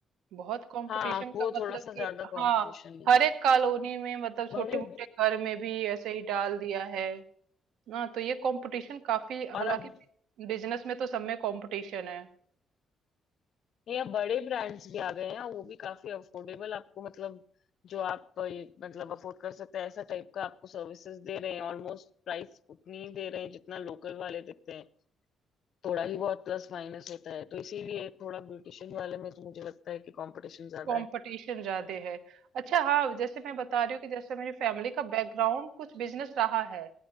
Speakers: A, on the right; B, on the left.
A: बहुत कंपटीशन
B: हाँ वो
A: का मतलब
B: थोड़ा सा
A: कि
B: ज्यादा कंपटीशन
A: हाँ
B: है
A: हर एक कॉलोनी में मतलब छोटे
B: बड़े
A: मोटे घर में भी ऐसे ही डाल दिया है ना तो ये कंपटीशन काफी हालांकि
B: और अब
A: बिजनेस में तो सब में कंपटीशन है
B: ये अब बड़े ब्रांड्स भी आ गए हैं वो भी काफी अफोर्डेबल आपको मतलब जो आप अ, ये, मतलब अफोर्ड कर सकते हैं ऐसा टाइप का आपको सर्विसेज दे रहे हैं ऑलमोस्ट प्राइस उतनी ही दे रहे हैं जितना लोकल वाले देते हैं थोड़ा ही बहुत प्लस माइनस होता है तो इसीलिए थोड़ा ब्यूटिशियन वाले में तो मुझे लगता है कि कंपटीशन ज्यादा
A: कंपटीशन
B: है
A: ज्यादा है अच्छा हाँ जैसे मैं बता रही हूँ कि जैसे मेरी फैमिली का बैकग्राउंड कुछ बिजनेस रहा है